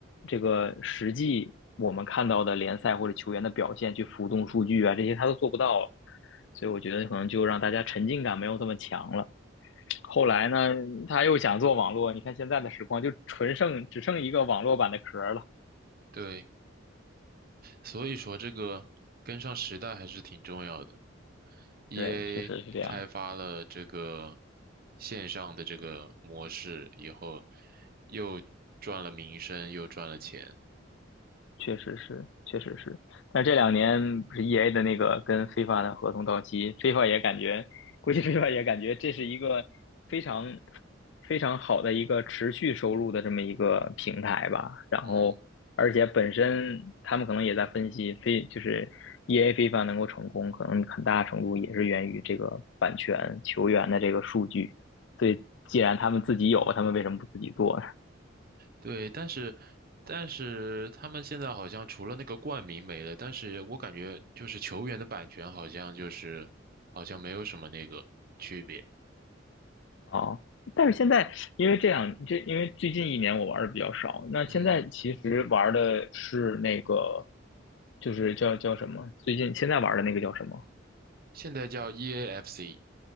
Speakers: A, on the left; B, on the right.
A: 这个实际我们看到的联赛或者球员的表现去浮动数据啊，这些他都做不到了。所以我觉得可能就让大家沉浸感没有这么强了。后来呢，他又想做网络，你看现在的实况就纯剩只剩一个网络版的壳了。
B: 对，所以说这个跟上时代还是挺重要的。EA
A: 对，确实是这样。
B: 开发了这个线上的这个模式以后，又赚了名声，又赚了钱。
A: 确实是，确实是。但这两年不是 EA 的那个跟 FIFA 的合同到期，FIFA 也感觉，估计 FIFA 也感觉这是一个非常非常好的一个持续收入的这么一个平台吧。然后，
B: 嗯。
A: 而且本身他们可能也在分析，非就是 EA FIFA 能够成功，可能很大程度也是源于这个版权球员的这个数据。所以，既然他们自己有，他们为什么不自己做？
B: 对，但是但是他们现在好像除了那个冠名没了，但是我感觉就是球员的版权好像就是好像没有什么那个区别。
A: 哦，但是现在因为这样，这因为最近一年我玩的比较少，那现在其实玩的是那个，
B: 嗯，
A: 就是叫叫什么？最近现在玩的那个叫什么？
B: 现在叫 EAFC，